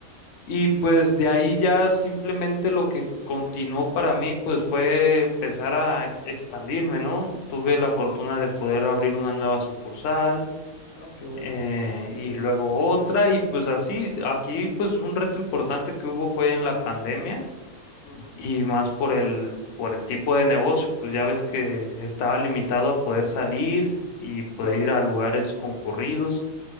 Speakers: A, on the left; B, on the left.
A: Y pues de ahí ya simplemente lo que continuó para mí, pues fue empezar a ex- expandirme, ¿no? Tuve la fortuna de poder abrir una nueva sucursal.
B: Ah, qué bueno.
A: eh,
B: Bien,
A: y
B: qué
A: luego
B: bien.
A: otra, y pues así, aquí pues un reto importante que hubo fue en la pandemia
B: Ujú.
A: y más por el, por el tipo de negocio, pues ya ves que estaba limitado a poder salir y poder
B: Claro,
A: ir a lugares concurridos.